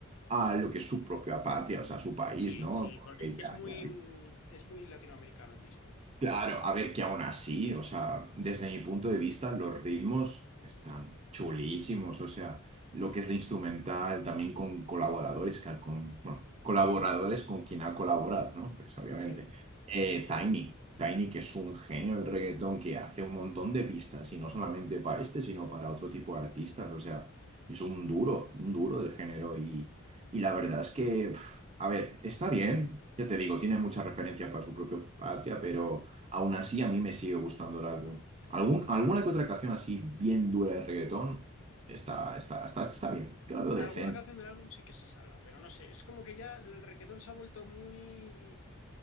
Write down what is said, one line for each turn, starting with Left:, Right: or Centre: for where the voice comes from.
Right: a lo que es su propia patria, o sea, su país,
Left: sí,
Right: ¿no?
Left: sí,
Right: Porque
Left: porque es, es
Right: ya-
Left: muy,
Right: ya-
Left: mm, es muy latinoamericano el disco.
Right: Claro, a ver, que aún así, o sea, desde mi punto de vista, los ritmos están chulísimos, o sea, lo que es la instrumental, también con colaboradores, ca- con, bueno, colaboradores con quien ha colaborado, ¿no? Pues obviamente.
Left: Sí.
Right: Eh, Tiny, Tiny, que es un genio del reggaetón, que hace un montón de pistas, y no solamente para este, sino para otro tipo de artistas, o sea, es un duro, un duro del género, y, y la verdad es que, pf, a ver, está bien, ya te digo, tiene muchas referencias para su propia patria, pero... Aún así, a mí me sigue gustando el álbum. Algún, alguna que otra canción así bien dura de reggaetón está, está, está, está bien. Yo la veo decente.
Left: Alguna canción del álbum sí que se salva, pero no sé, es como que ya el reggaetón se ha vuelto muy